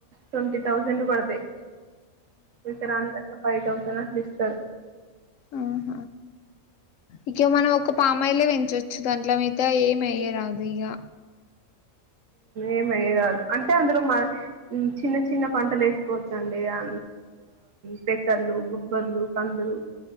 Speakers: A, on the right; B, on the left.
A: ట్వంటీ థౌసండ్ పడతాయి ఇతరాంత ఫైవ్ థౌసండ్ స్తారు
B: ఆహ ఇవ మ <inaudible> ఒక పామాయిలే పెంచవచ్చు దాంట్లో మీగత ఏమి వెయ్యరా ఇంకా
A: ఏమయ్యరాదు అంటే అందులో మా చిన్న చిన్న పంటలు వేసుకోవచ్చండి అ ఫ చల్లు <inaudible> బర్లు కందులు